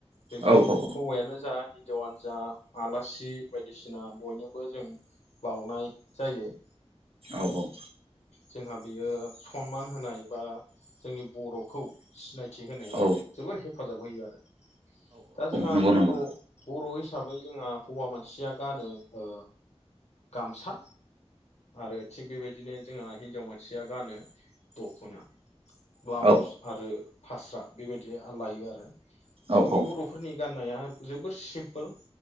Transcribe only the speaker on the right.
औ
औ औ।
औ
नंगौ
नंगौ
औ
औ